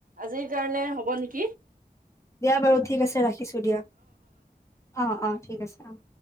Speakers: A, on the right; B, on the left.
A: আজিৰ কাৰণে হব নেকি?
B: দিয়া বাৰু ঠিক আছে ৰাখিছোঁ দিয়া। অ' অ' ঠিক আছে অ'।